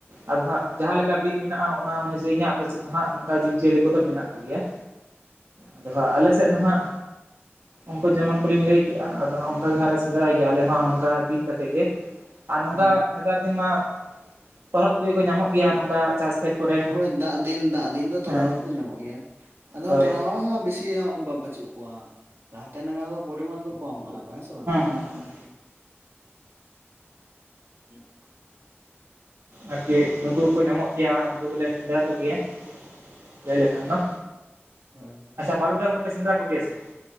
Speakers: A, on the right (about 85°); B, on the right (about 75°).
A: ᱟᱫᱚ ᱦᱟᱸᱜ ᱡᱟᱸᱦᱟᱸ ᱞᱮᱠᱟ ᱵᱤᱨ ᱢᱮᱱᱟᱜ-ᱟ ᱚᱱᱟ ᱚᱱᱩᱡᱟᱭᱤ ᱜᱤ ᱦᱟᱸᱜ ᱟᱯᱮ ᱥᱮᱫ ᱫᱚ ᱦᱟᱸᱜ ᱱᱚᱝᱠᱟ ᱡᱤᱵᱽ ᱡᱤᱭᱟᱹᱞᱤ ᱠᱚᱫᱚ ᱢᱮᱱᱟᱜ ᱠᱚᱜᱮᱭᱟ?
B: <inaudible>
A: ᱟᱫᱚ ᱦᱟᱸᱜ ᱟᱞᱮ ᱥᱮᱫ ᱫᱚ ᱦᱟᱸᱜ, ᱩᱱᱠᱩ ᱡᱮᱢᱚᱱ ᱠᱚᱞᱤᱧ ᱞᱟᱹᱭ ᱠᱮᱜ-ᱟ ᱟᱫᱚ ᱚᱱᱠᱟ ᱜᱮ ᱦᱟᱸᱜ ᱞᱮ ᱥᱮᱸᱫᱽᱨᱟᱭ ᱜᱮᱭᱟᱞᱮ ᱦᱚᱸ ᱱᱚᱝᱠᱟ ᱫᱤᱱ ᱠᱟ ᱠᱟᱛᱮᱜ ᱜᱮ᱾ ᱟᱨ ᱱᱚᱝᱠᱟ
B: ᱦᱩᱸ
A: ᱱᱮᱛᱟᱨ ᱫᱤᱱ ᱢᱟ ᱛᱚᱨᱦᱚᱫ ᱠᱩᱠᱩ ᱠᱚ ᱧᱟᱢᱚᱜ ᱜᱮᱭᱟ ᱱᱚᱝᱠᱟ ᱪᱟᱥ ᱠᱷᱮᱛ ᱠᱚᱨᱮ,
B: ᱦᱳᱭ ᱫᱟᱜ ᱫᱤᱱ ᱫᱟᱜ ᱫᱤᱱ ᱫᱚ ᱛᱚᱨᱦᱚ
A: ᱦᱮᱸ
B: ᱦᱚᱸᱠᱚ ᱧᱟᱢᱚᱜ ᱜᱮᱭᱟ ᱟᱫᱚ
A: ᱦᱳᱭ
B: ᱛᱚᱨᱦᱚ ᱦᱚᱸ ᱵᱤ ᱥᱤ ᱦᱚᱸ ᱵᱟᱪᱩᱜ ᱠᱚᱣᱟ, ᱞᱟᱦᱟᱛᱮ ᱱᱟᱜ ᱯᱚᱨᱤᱢᱟᱱ ᱠᱚ ᱠᱚᱢ ᱠᱟᱱᱟ ᱠᱚ ᱦᱮᱸ ᱥᱮ ᱵᱟᱝᱟ?
A: ᱦᱮᱸ ᱦᱮᱸ
B: <inaudible>
A: ᱟᱨᱠᱤ ᱱᱩᱠᱩ ᱠᱚᱠᱚ ᱧᱟᱢᱚᱜ ᱜᱮᱭᱟ ᱱᱩᱠᱩ ᱜᱮᱞᱮ ᱥᱮᱸᱫᱽᱨᱟ ᱠᱚᱜᱤᱭᱟ᱾ ᱞᱟᱹᱭ ᱞᱮᱠᱷᱟᱱ ᱫᱚ᱾
B: ᱦᱳᱭ
A: ᱵᱟᱨᱩᱰᱟᱝ ᱠᱚᱯᱮ ᱥᱮᱸᱫᱽᱨᱟ ᱠᱚᱜᱮᱭᱟ ᱥᱮ ᱵᱟᱝ?